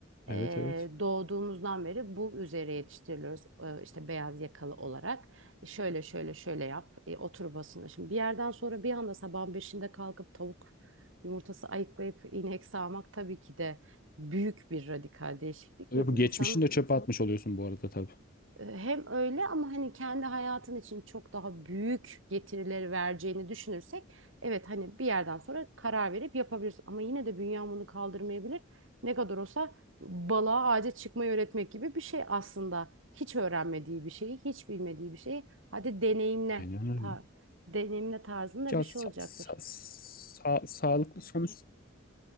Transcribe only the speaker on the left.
Evet evet.
Ve
bu
geçmişini
de çöpe atmış oluyorsun bu arada tabii.
Aynen öyle.
Ya
sa-
sa- sa- sağlıklı sonuç